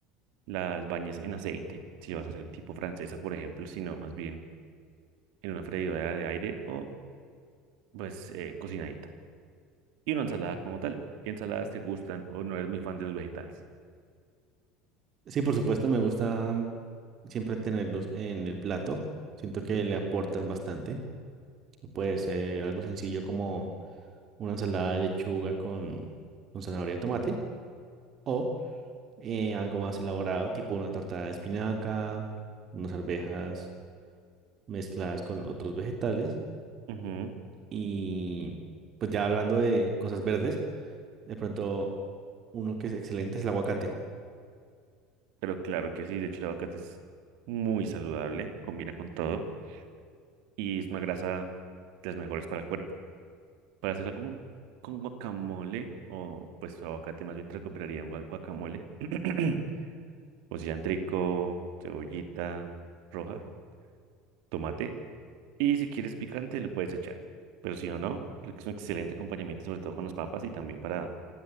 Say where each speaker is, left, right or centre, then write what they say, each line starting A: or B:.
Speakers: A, on the right; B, on the right.
A: las bañes en aceite, si vas a hacer tipo francesa, por ejemplo, sino más bien en una freidora de aire o pues eh, cocinadita. y una ensalada como tal. ¿Qué ensaladas te gustan o no eres muy fan de los vegetales?
B: Sí, por supuesto, me gusta siempre tenerlos en el plato. Siento que le aportan bastante. Puede ser algo sencillo como una ensalada de lechuga con, con zanahoria y tomate o eh, algo más elaborado, tipo una torta de espinaca, unas arvejas mezcladas con otros vegetales.
A: Ujú,
B: Y pues ya hablando de cosas verdes, de pronto uno que es excelente es el aguacate.
A: Pero claro que sí, de hecho el aguacate es muy saludable, combina con todo y es una grasa de las mejores para el cuerpo. Para hacerla con, con guacamole o pues aguacate más bien te recuperaría un gua- guacamole <clears throat> o cilantrico, cebollita roja, tomate y si quieres picante le puedes echar. Pero si no, no, creo que es un excelente acompañamiento sobre todo con las papas y también para